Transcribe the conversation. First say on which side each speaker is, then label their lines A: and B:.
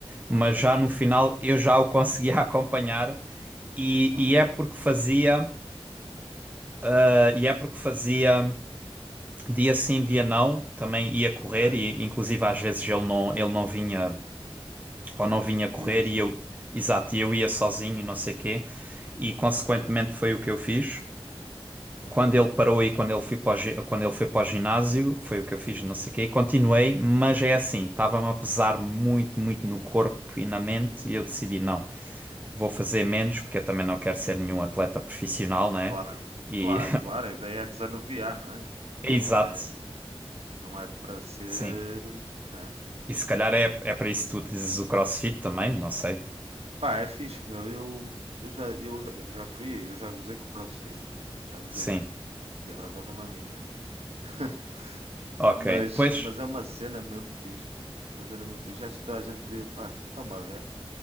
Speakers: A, on the right; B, on the right.
A: Ok,
B: mas já no final eu já o conseguia <laughs> acompanhar e,
A: ok,
B: e é porque fazia, eh, e é porque fazia dia sim, dia não, também ia correr
A: ok.
B: e inclusive às vezes ele não, ele não vinha ou não vinha
A: E,
B: correr
A: e este
B: e
A: tu?
B: eu, exato, e eu ia sozinho, não sei quê, e consequentemente
A: Ok,
B: foi o que eu fiz.
A: ok.
B: Quando ele parou e quando ele foi para o, gi- quando ele foi para o ginásio, foi o que eu fiz, não sei o quê, e continuei, mas é assim, estava-me a pesar muito, muito no corpo e na mente, e eu decidi, não, vou fazer menos, porque eu também não quero ser nenhum atleta profissional, né?
A: Claro,
B: E,
A: claro, claro. A ideia é desanuviar, não é? Tipo,
B: <laughs> exato,
A: é, não é para ser,
B: sim.
A: né?
B: E se calhar é, é para isso que tu utilizas o CrossFit também, não sei.
A: Pá, é fixe, meu. Eu, eu já, eu, já- eu já fui, eu já gozei com o CrossFit, pá. Já gozei
B: Sim.
A: muito.
B: <laughs>
A: E agora goza-me a mim, não é? <laughs>
B: Ok,
A: Mas,
B: pois
A: mas é uma cena mesmo fixe, meu. É Uma cena mesmo fixe. Acho que toda a gente devia, pá, experimentar uma vez